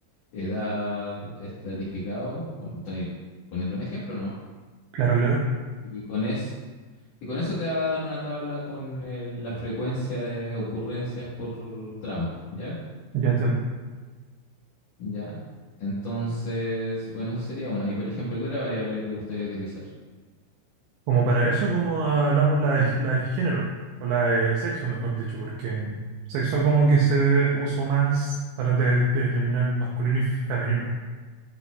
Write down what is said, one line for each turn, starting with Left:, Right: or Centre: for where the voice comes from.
Left: edad estratificado. Bueno, estoy poniendo un ejemplo nomás.
Right: claro, claro,
Left: Y con es, y con eso te va a dar una tabla con el- la frecuencia de ocurrencias por tramo, ¿ya?
Right: ya entiendo.
Left: Ya. Entonces, bueno, eso sería una. Y por ejemplo, ¿qué otra variable te gustaría utilizar?
Right: Como para eso, como hablamos la de, la de género, o la de sexo, mejor dicho, porque sexo como que se ve- uso más para de- de- determinar masculino y fe- femenino, ¿no?